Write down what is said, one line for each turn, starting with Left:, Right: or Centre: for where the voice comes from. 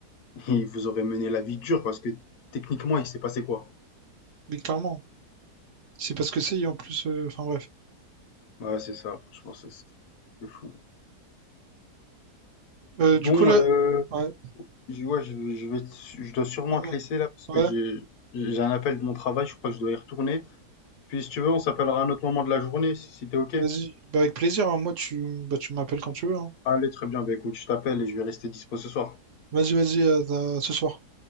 Left: <laughs> Il vous aurait mené la vie dure, parce que techniquement, il s'est passé quoi?
Right: Mais clairement, c'est parce que c'est, et en plus. euh, Enfin, bref.
Left: Ouais, c'est ça, franchement, c'est c'est fou.
Right: Euh,
Left: Bon,
Right: du coup, là.
Left: euh,
Right: Ouais.
Left: Je, ouais, je, je vais, je dois sûrement
Right: Ah, merde.
Left: te laisser là parce
Right: Ouais,
Left: que j'ai, j'ai un appel de mon travail, je crois que je dois y retourner. Puis si tu veux, on s'appellera à un autre moment de la journée, si, si t'es OK.
Right: vas-y. Bah, avec plaisir, hein. Moi, tu, bah, tu m'appelles quand tu veux. hein.
Left: Allez, très bien, bah écoute, je t'appelle et je vais rester dispo ce soir.
Right: Vas-y, vas-y, à- à ce soir.